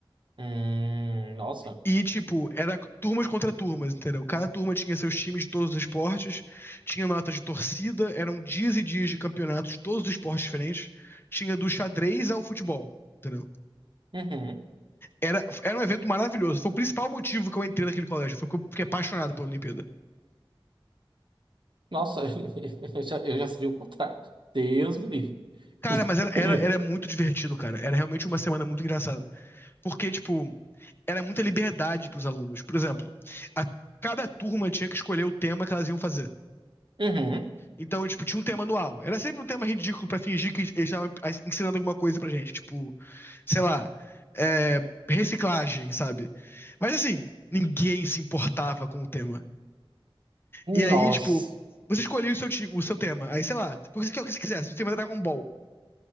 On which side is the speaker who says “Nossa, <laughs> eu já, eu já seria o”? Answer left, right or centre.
Right